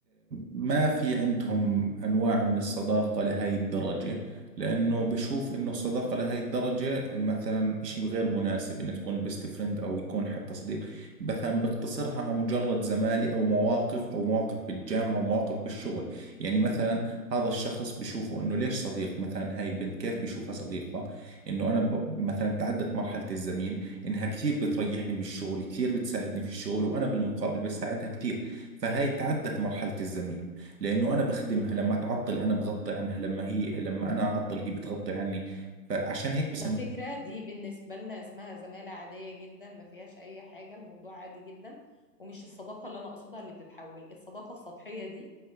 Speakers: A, on the right (about 75°); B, on the left (about 35°).
A: ما في عندهم أنواع من الصداقة لهي الدرجة لأنه بشوف إنه الصداقة لهي الدرجة مثلا إشي غير مناسب إنه تكون بيست فريند أو يكون حتى صديق مثلا بقتصرها على مجرد زمالي أو مواقف أو مواقف بالجامعة أو مواقف بالشغل يعني مثلا هذا الشخص بشوفه إنه ليش صديق مثلا هاي البنت كيف بشوفها صديقة إنه أنا ب... مثلا تعدت مرحلة الزميل إنها كثير بتريحني بالشغل كثير بتساعدني في الشغل وأنا بالمقابل بساعدها كثير فهاي تعدت مرحلة الزميل لأنه أنا بخدمها لما تعطل أنا بغطي عنها لما هي لما أنا أعطل هي بتغطي عني فعشان هيك بسميها
B: على فكرة دي بالنسبة لنا اسمها زمالة عادية جدا ما فيهاش أي حاجة الموضوع عادي جدا ومش الصداقة اللي أنا أقصدها اللي بتتحول الصداقة السطحية دي